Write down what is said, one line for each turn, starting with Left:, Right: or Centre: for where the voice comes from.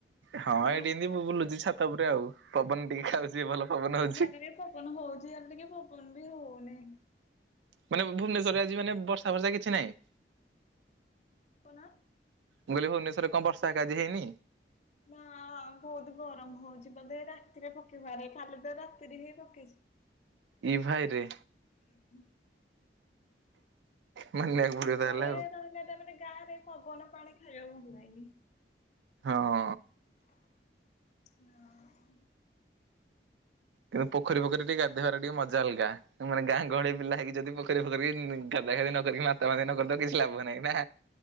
Right: ହଁ
Left: କଣ?
Right: ଏଇଠି ଏମିତି ମୁଁ ବୁଲୁଛି ଛାତ ଉପରେ ଆଉ। ପବନ ଟିକେ ଖାଉଛି ଭଲ। ପବନ ହଉଛି।
Left: ୟାଟା ରେ ପବନ ହଉଛି ଟିକେ ୟିଆଡ଼େ ପବନ ବି ହଉନି।
Right: ମାନେ ଭୁବନେଶ୍ୱରରେ ଆଜି ମାନେ ବର୍ଷା ବର୍ଷା କିଛି ନାହିଁ।
Left: ପନ?
Right: ମୁଁ କହିଲି ଭୁବନେଶ୍ୱରେ କଣ ବର୍ଷା ହାକା ଆଜି ହେଇନି?
Left: ନା ବହୁତ ଗରମ ହଉଛି ବୋଧେ ରାତିରେ ପକେଇବାରେ ଖାଲି ତ ରାତିରେ ହିଁ ପକେଇଛି।
Right: ଏ ଭାଇ ରେ?
Left: ହୁଁ।
Right: ମାନିବାକୁ ପଡିବ
Left: ଘରେ
Right: ତାହେଲେ ଆଉ
Left: ରହିଲେ ତା ମାନେ ଗାଁରେ ପବନ ପାଣି ଖାଇବାକୁ <unintelligible> ନାହିଁ।
Right: ହଁ।
Left: ହଁ।
Right: କିନ୍ତୁ ପୋଖରୀ ଫୋଖରୀ ଟିକେ ଗାଧେଇବାର ଟିକେ ମଜା ଅଲଗା। ମାନେ ଗାଁ ଗହଳି ପିଲା ହେଇକି ଯଦି ପୋଖରୀ ଫୋଖରୀ ଗାଧା ଗାଧି ନକରି ମାତା ମାତି ନକରିତ କିଛି ଲାଭ ନାହିଁ ନା।